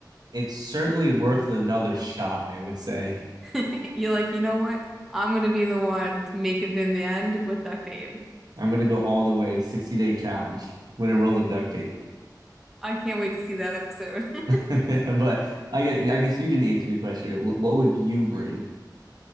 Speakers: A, on the right; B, in the centre.
A: it's certainly worth another shot. I would say.
B: <laughs> you're like, you know what? I'm gonna be the one to make it in the end with duct tape.
A: I'm gonna go all the way 60 day challenge with a roll of duct tape.
B: I can't wait to see that episode.
A: <laughs> but I guess I guess you didn't answer the question. What, what would you bring?